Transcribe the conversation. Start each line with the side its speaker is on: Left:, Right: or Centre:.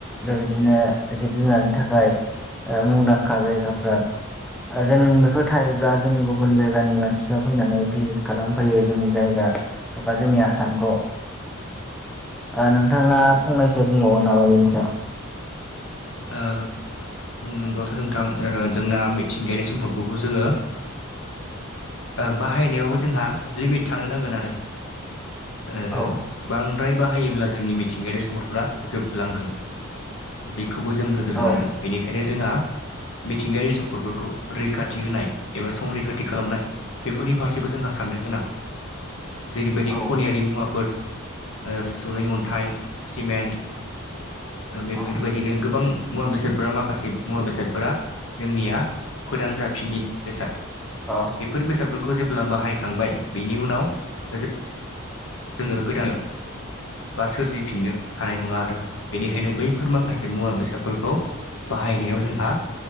Centre: बेबायदिनो जिब जुनारनि थाखाय ओ‌ मुंदांखा जायगाफ्रा जों बेफोर थायोब्ला जों गुबुन जायगानि मानसिफ्रा फैनानै भिजिट खालामफैयो जोंनि जायगा एबा जोंनि आसामखौ। ओ नोंथांङा फंनैसो बुंबावगोन नामा बेनिसायाव?
Left: ओ बुंनांगौथ नोंथां ओ जोंना मिथिंगायारि सम्पदखौबो जोङो ओ बाहायनायावबो जोंहा लिमिट थानो नांगोन आरो। ओ
Centre: औ
Left: बांद्राय बाहायोब्ला जोंनि मिथिंगायारि सम्पदफोरा जोबलांगोन। बेखौबो जों नो नोजोर
Centre: औ
Left: होनांगोन बेनिखायनो जोंहा मिथिंगायारि सम्पदफोरखौ रैखाथि होनाय एबा संरैखाथि खालामनाय बेफोरनि फारसेबो जोंहा साननो गोनां जेरैबायदि
Centre: औ
Left: खनियारि मुवाफोर ओ सुनै अन्थाइ सिमेन्ट बेफोरबायदिनो
Centre: औ
Left: गोबां मुवा बेसादफोरा माखासे मुवा बेसादफोरा जोंनिया फोदान जाफिनि बेसाद
Centre: औ
Left: बेफोर बेसादफोरखौ जेब्ला बाहायखांबाय बिनि उनाव जों जोंङो गोदान बा सोरजिफिननो हानाय नङा आरो बेनिखायनो बैफोर माखासे मुवा बेसादफोरखौ बाहायनायाव जोंहा